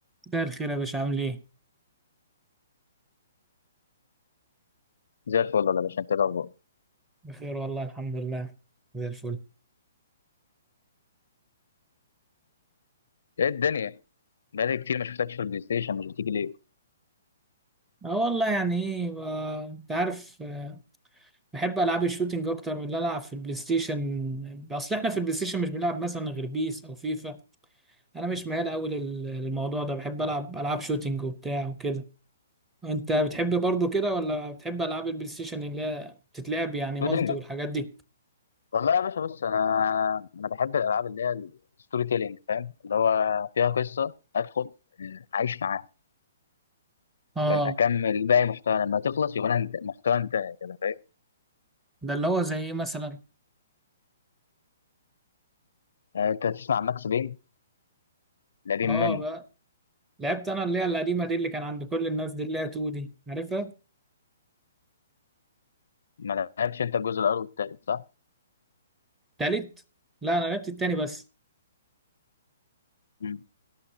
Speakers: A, in the centre; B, on the left.
A: ده الخير يا باشا عامل ايه؟
B: زي الفل ولا باشا انت إيه الاخبار
A: بخير والله الحمد لله زي الفل
B: ايه الدنيا بقالي كتير ما شفتكش في البلاي ستيشن مش بتيجي ليه
A: اه والله يعني ايه ب- انت عارف آه، بحب العاب الشوتينج اكتر من اللي العب في البلاي ستيشن اصل احنا في البلاي ستيشن مش بنلعب مثلا غير بيس او فيفا انا مش ميال قوي لل- للموضوع ده بحب العب العاب شوتينج وبتاع وكده انت بتحب برضو كده ولا بتحب العاب البلاي ستيشن اللي هي بتتلعب يعني
B: شوتينج
A: مالتي والحاجات دي؟
B: والله يا باشا بص انا انا بحب الالعاب اللي هي الستوري تيلينج فاهم اللي هو فيها قصه ادخل آه، اعيش معاها
A: اه
B: فاهم اكمل باقي محتوى لما تخلص يبقى انا انت محتوى انتهى كده فاهم
A: ده اللي هو زي ايه مثلا
B: آه، انت تسمع ماكس بين القديم
A: اه
B: منه
A: بقى لعبت انا اللي هي القديمه دي اللي كان عند كل الناس دي اللي هي 2 دي عارفها؟
B: ما لعبتش انت الجزء الاول والتالت صح؟
A: تالت لا انا لعبت التاني بس
B: مم.